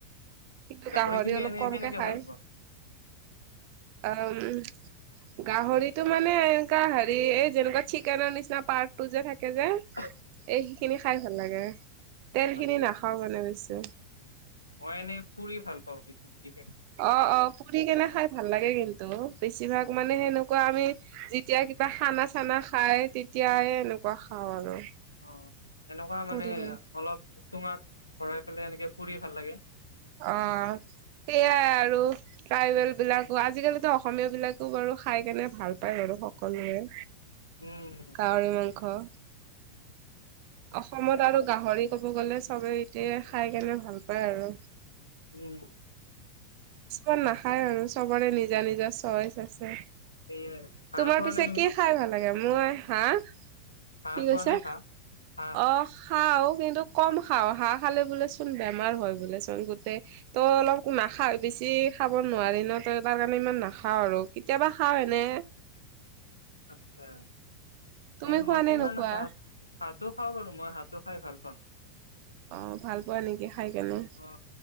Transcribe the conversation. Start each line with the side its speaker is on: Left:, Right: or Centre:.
Right: কিন্তু
Left: গাহৰি তুমি
Right: অলপ
Left: এনে
Right: কমকে
Left: কেনেকে
Right: খায়।
Left: ভাল পোৱা?
Right: <inaudible> গাহৰিতো মানে এনেকা হেৰি এই যেনেকুৱা চিকেনৰ নিচিনা পাৰ্টটো যে থাকে যে।
Left: <unintelligible>
Right: এই খিনি খাই ভাল লাগে, তেল খিনি
Left: আচ্ছা
Right: নাখাও মানে বেছি।
Left: মই এনে ফুৰি ভাল পাওঁ বিশেষকে।
Right: অ অ পুৰি কেনে খাই ভাল লাগে কিন্তু, বেছিভাগ মানে
Left: অ
Right: সেনেকুৱা আমি যেতিয়া কিবা খানা চানা খাই তেতিয়াই এনেকুৱা খাওঁ আৰু
Left: অ এনেকুৱা
Right: পুৰি
Left: মানে
Right: কেনে
Left: অলপ চুঙাত ভৰাই পেলাই এনেকে পুৰি ভাল লাগে।
Right: অৱ। সেইয়াই আৰু ট্ৰাইবেল বিলাকো আজিকালিতো অসমীয়া বিলাকো বাৰু খাই কেনে ভাল পায় বাৰু সকলোৱে
Left: উম,
Right: গাহৰি মাংস। অসমত আৰু গাহৰি ক'ব গ'লে চবে এতিয়া খাই কেনে ভাল পায় আৰু।
Left: উম।
Right: কিছুমান নাখায় আৰু চবৰে নিজা নিজৰ চইচ আছে।
Left: সেয়াই হাঁহ
Right: তোমাৰ
Left: খোৱা
Right: পিছে
Left: নে তুমি?
Right: কি খাই ভাল লাগে মই হাঁহ।
Left: হাঁহ
Right: কি
Left: খোৱা
Right: কৈছা
Left: নে হাঁহ? হাঁহ
Right: অ খাও কিন্তু কম খাও হাঁহ খালে বোলে চোন বেমাৰ হয় বোলে চোন গোটেই তো অলপ নাখাওঁ। বেছি খাব নোৱাৰি ন তই তাৰ কাৰণে ইমান নাখাও আৰু কেতিয়াবা খাও এনে
Left: আচ্ছা
Right: তুমি
Left: নে
Right: খোৱা
Left: মইটো ইমান
Right: নোখোৱা
Left: হাঁহ হাতো খাওঁ বাৰু মই হাতো খাই ভাল পাওঁ।
Right: অ ভাল পোৱা নেকি খাই কেনে
Left: অ